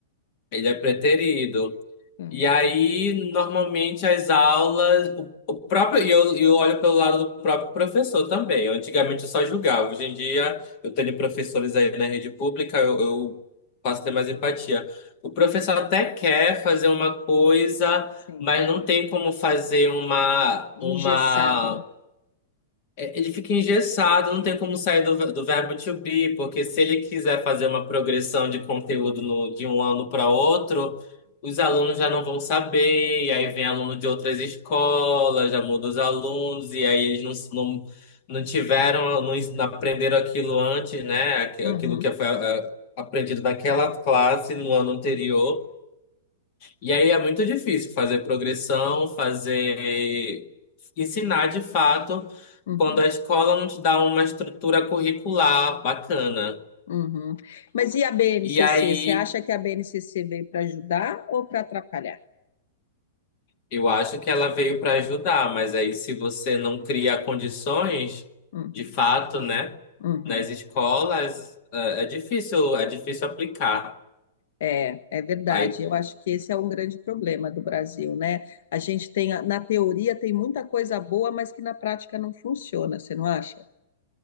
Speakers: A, on the left (about 35°); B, on the left (about 65°).
A: Ele é preterido.
B: É,
A: E aí, normalmente, as aulas, o, o próprio, e eu, eu olho pelo lado do próprio professor também. Eu, Antigamente eu só julgava. Hoje em dia eu tenho professores aí na rede pública, eu, eu passo a ter mais empatia. O professor até quer fazer uma coisa,
B: sim,
A: mas não tem como fazer uma,
B: engessado,
A: uma
B: né?
A: é, Ele fica engessado, não tem como sair do, do verbo to be, porque se ele quiser fazer uma progressão de conteúdo no- de um ano para outro, os alunos já não vão saber, e aí vem aluno de outras escolas, já muda os alunos, e aí eles não, s- não, não tiveram, não, ens- não aprenderam aquilo antes, né? Aqu-
B: Uhum,
A: Aquilo que foi ah, aprendido naquela classe no ano anterior. E aí é muito difícil fazer progressão, fazer ensinar de fato
B: uhum.
A: quando a escola não te dá uma estrutura curricular bacana.
B: Uhum. Mas e a BNCC?
A: E aí
B: Você acha que a BNCC veio para ajudar ou para atrapalhar?
A: eu acho que ela veio para ajudar, mas aí se você não cria condições
B: Uhum,
A: de fato, né,
B: uhum.
A: nas escolas, é é difícil, é difícil aplicar.
B: É, é verdade.
A: Aí
B: Eu acho que esse é um grande problema do Brasil, né? A gente tem, a- na teoria, tem muita coisa boa, mas que na prática não funciona, você não acha?